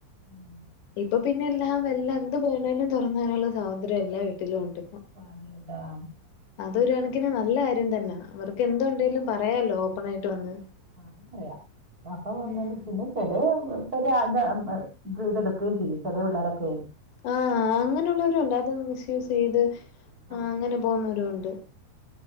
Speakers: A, on the right; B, on the left.
A: ഉം
B: ഇപ്പൊ പിന്നെ എല്ലാം എല്ലാ എന്ത് വേണേലും തുറന്ന് പറയാനുള്ള സ്വതന്ത്ര്യം എല്ലാ വീട്ടിലും ഉണ്ട്
A: <unintelligible>
B: അത് ഒരു കണക്കിന് നല്ല കാര്യം തന്നാ അവർക്ക് എന്തുണ്ടേലും പറയാലോ ഓപ്പണായിട്ട് വന്ന്
A: ആഹ് അത് പറയാ അപ്പൊ
B: ഉം
A: <unintelligible> ചെലേ ഇപ്പോ രാവിലെ വീട് എടുക്കുകയും ചെയ്യും ചെല പിള്ളേരൊക്കെയേ
B: ആഹ് അങ്ങനെയുള്ളവരുമുണ്ട് അത് മിസ്യൂസ് ചെയ്ത് ആ
A: ആഹ്
B: അങ്ങനെ പോന്നോരുമുണ്ട്